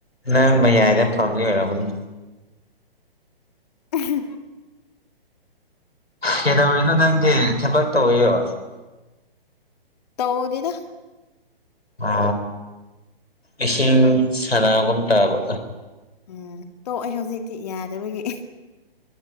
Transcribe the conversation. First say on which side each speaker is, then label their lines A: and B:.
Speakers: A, on the left (about 80°); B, on the left (about 40°).
A: ꯅꯪ ꯃꯌꯥꯏꯗ ꯐꯝꯒ ꯑꯣꯏꯔꯕꯅꯦ
B: ꯑꯍꯤ
A: ꯀꯩꯗꯧꯔꯤꯅꯣ ꯅꯪꯗꯤ ꯊꯕꯛ ꯇꯧꯋꯤꯌꯣ
B: ꯇꯧꯗꯗ
A: ꯑ ꯏꯁꯤꯡ ꯁꯅꯥ ꯀꯣꯟ ꯇꯕ
B: ꯎꯝ ꯇꯣꯛꯑꯦ ꯍꯧꯖꯤꯛꯇꯤ ꯌꯥꯗꯕꯒꯤ